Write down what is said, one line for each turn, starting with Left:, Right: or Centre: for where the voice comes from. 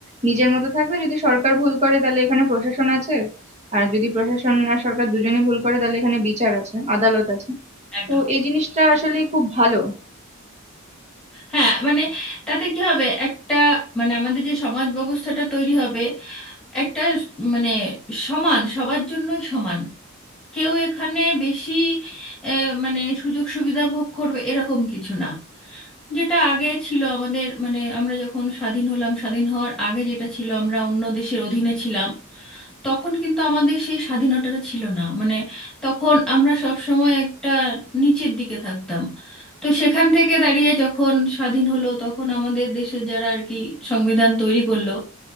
Right: নিজের মতো থাকবে যদি সরকার ভুল করে তাহলে এখানে প্রশাসন আছে আর যদি প্রশাসন আর সরকার দুজনেই ভুল করে তাহলে এখানে বিচার আছে আদালত আছে
Centre: একদম
Right: তো এই জিনিসটা আসলে খুব ভালো
Centre: হ্যাঁ মানে তাতে কি হবে একটা মানে আমাদের যে সমাজ ব্যবস্থাটা তৈরি হবে একটা মানে সমান সবার জন্যই সমান কেউ এখানে বেশি এ, মানে সুযোগ সুবিধা ভোগ করবে এরকম কিছু না যেটা আগে ছিল আমাদের মানে আমরা যখন স্বাধীন হলাম স্বাধীন হওয়ার আগে যেটা ছিল আমরা অন্য দেশের অধীনে ছিলাম তখন কিন্তু আমাদের সেই স্বাধীনতাটা ছিল না মানে তখন আমরা সব সময় একটা নিচের দিকে থাকতাম তো সেখান থেকে দাঁড়িয়ে যখন স্বাধীন হলো তখন আমাদের দেশের যারা আর কি সংবিধান তৈরি করলো